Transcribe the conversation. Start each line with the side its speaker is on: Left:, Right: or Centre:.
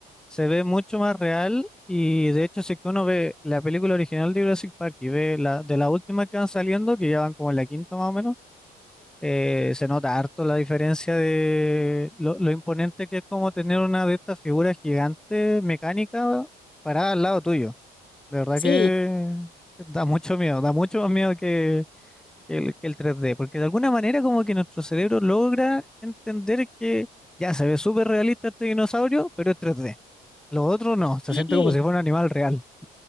Centre: se ve mucho más real y de hecho si que uno ve la película original de Jurassic Park y ve la de las últimas que van saliendo, que ya van como en la quinta más o menos, eh, se nota harto la diferencia de lo, lo imponente que es como tener una de estas figuras gigantes mecánicas parada al lado tuyo. De verdad
Left: Sí,
Centre: que da mucho miedo, da mucho más miedo que, que el, que el tres d porque de alguna manera como que nuestro cerebro logra entender que ya se ve súper realista este dinosaurio, pero es tres d lo otro no, se
Left: sí,
Centre: siente
Left: sí,
Centre: como si fuera un animal real.